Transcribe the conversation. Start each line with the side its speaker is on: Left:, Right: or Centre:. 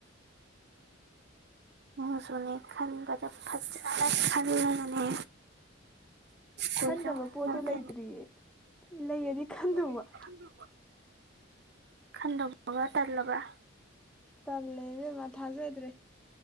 Right: ꯅꯪꯁꯨꯅꯤ ꯈꯟꯕꯗ ꯐꯖꯅ ꯈꯜꯂꯒꯅꯦ ꯀꯣꯏꯖꯧ
Centre: ꯈꯟꯅꯕ ꯄꯣꯠꯇꯨ
Right: ꯅꯠꯇꯦ
Centre: ꯂꯩꯇ꯭ꯔꯤꯌꯦ ꯂꯩꯔꯗꯤ ꯈꯟꯗꯧꯕ
Right: ꯂꯩꯔꯗꯤ ꯈꯟꯗꯨꯕ ꯈꯟꯗꯧꯕꯒ ꯇꯜꯂꯕꯥ
Centre: ꯇꯜꯂꯦ ꯏꯕ‌ꯦꯝꯃ ꯊꯥꯖꯗ꯭ꯔꯦ